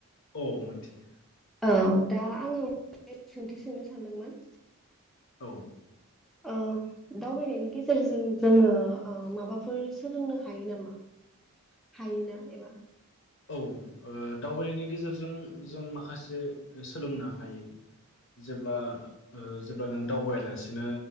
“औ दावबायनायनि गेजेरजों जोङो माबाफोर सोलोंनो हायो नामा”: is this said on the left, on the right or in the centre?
Centre